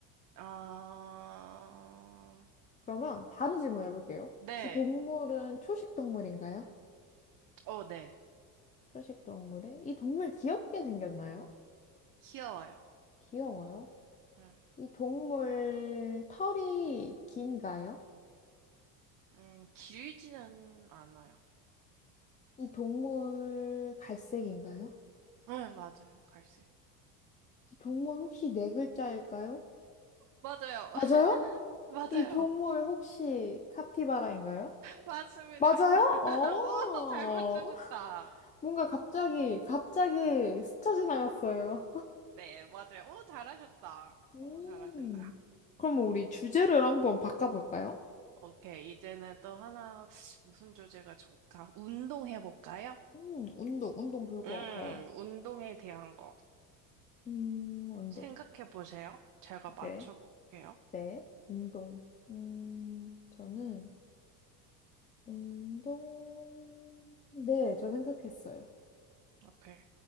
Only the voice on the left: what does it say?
그러면 다른 질문 해볼게요.
이 동물은 초식 동물인가요?
초식 동물에 이 동물 귀엽게 생겼나요?
귀여워요.
이 동물 털이 긴가요?
이 동물 갈색인가요?
이 동물 혹시 네 글자일까요?
맞아요?
이
동물 혹시 카피바라인가요?
맞아요?
어,
<laughs> 뭔가 갑자기, 갑자기 스쳐 지나갔어요.
음,
그럼 우리 주제를 한번 바꿔볼까요?
음, 운동, 운동 좋을 것
같아요.
음, 운동.
네, 네, 운동. 음, 저는 운동. 네, 저 생각했어요.